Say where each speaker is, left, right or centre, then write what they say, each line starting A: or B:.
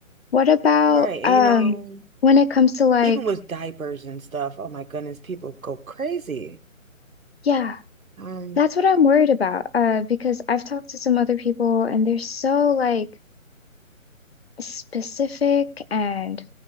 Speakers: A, on the left; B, on the right.
A: What about
B: Right. You
A: um
B: know,
A: when it comes to like,
B: even with diapers and stuff, oh my goodness, people go crazy.
A: yeah,
B: Um,
A: that's what I'm worried about. Uh, because I've talked to some other people and they're so like Specific and